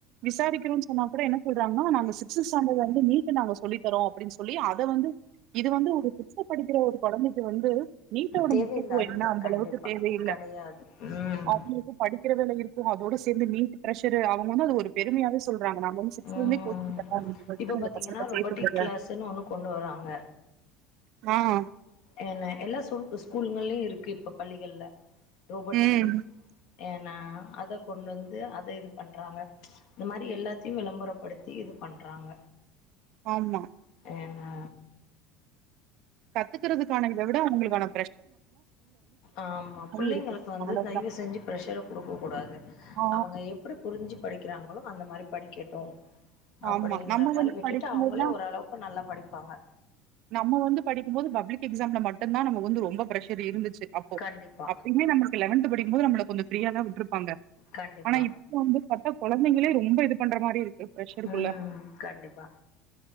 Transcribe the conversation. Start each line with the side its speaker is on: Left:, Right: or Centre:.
Right: விசாரிக்கிறோன்னு சொன்னா கூட என்ன சொல்றாங்கனா நாங்க சிக்ஸ்த் ஸ்டாண்டர்ட் வந்து நீட்டு நாங்க சொல்லித்தறோம் அப்படின்னு சொல்லி அதவந்து இது வந்து ஓரு சிக்ஸ்த்து படிக்கிற ஒரு குழந்தைக்கு வந்து வீட்டோட
Left: தேவையில்லாதது
Right: முக்கியத்துவம் என்ன அந்த
Left: கண்டிப்பா
Right: அளவுக்கு தேவையில்லை
Left: கெடையாது ம்
Right: அவுங்களுக்கும் படிக்கிற வேலை இருக்கும் அதோட வீட்டு பிரஷர் ஆவுங்க வந்து அது ஒரு பெருமையாவே சொல்றாங்க நான் வந்து சிக்ஸ்த்துல
Left: ம்
Right: இருந்தே கோச்சிங் தரோம் எங்க கிட்ட
Left: இப்ப
Right: உங்க
Left: பாத்தீங்கன்னா
Right: பசங்கள
Left: ரொபோட்டிக்
Right: சேர்த்து விடுங்க
Left: கிளாஸ்ன்னு ஒண்ணு கொண்டு வராங்க
Right: <unintelligible> ஆஹ்
Left: என்ன எல்லா ஸ்கூலுங்களையும் இருக்கு இப்ப பள்ளிகள்ல ரோபோட்டிக்கு
Right: ம்
Left: ஏனா அதை கொண்டு வந்து அதை இது பண்றாங்க இந்த மாரி எல்லாத்தையும் விளம்பரப்படுத்தி இது பண்றாங்க
Right: ஆமா
Left: ஏன்னா
Right: கத்துக்கறதுக்கான இதை விட அவுங்களுக்கு ஆன
Left: ஆமா பிள்ளைங்களுக்கு
Right: இருக்கு
Left: வந்து
Right: அவ்ளோதா
Left: தயவு செஞ்சு பிரஷர்ர கொடுக்க கூடாது
Right: ஆ
Left: அவுங்க எப்படி புரிஞ்சு படிக் கிறாங்களோ அந்த மாரி படிக்கட்டும் அப்படின்ற
Right: ஆமா நம்ம
Left: மாரி
Right: வந்து
Left: விட்டுட்டு
Right: படிக்கும்போதுலா
Left: அவுங்களே ஓரளவுக்கு நல்லா படிப் வாங்க
Right: நம்ம வந்து படிக்கும் போது பப்ளிக் எக்ஸாம்ல மட்டும்தான் நம்ம வந்து ரொம்ப ப்ரெஷர் இருந்துச்சு அப்போ
Left: கண்டிப்பா
Right: அப்படியே நமக்கு லெவன்த் படிக்கும்போது நம்மளுக்கு கொஞ்ச பிரீய த விட்டுப்பாங்க
Left: கண்டிப்பா
Right: ஆனா இப்ப வந்து ப்த்த குழந்தைங்களே ரொம்ப இது பண்ற மாரி இருக்கு ப்ரெஷருக்குள்ள.
Left: உம் கண்டிப்பா